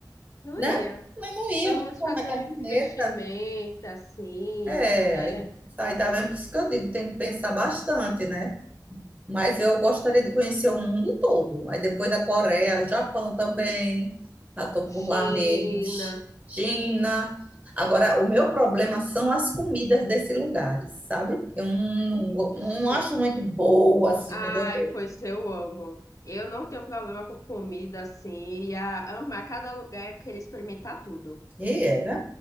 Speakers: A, on the left; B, on the right.
A: não
B: né?
A: ia.
B: Mas não ia,
A: Pelo
B: vou
A: menos
B: pôr
A: fazer
B: na caderneta.
A: um investimento assim,
B: É,
A: né?
B: aí, aí tá vendo? Por isso que eu digo, tem que pensar bastante, né? Mas eu gostaria de conhecer o mundo todo. Aí depois da Coreia, Japão também. Já estou
A: China.
B: por lá mesmo. China. Agora, o meu problema são as comidas desses lugares, sabe? Eu não,
A: Ixi.
B: go- não, não acho muito boa assim
A: Ai,
B: quando eu vejo.
A: pois eu amo. Eu não tenho problema com comida assim, ia amar cada lugar e querer experimentar tudo.
B: E era?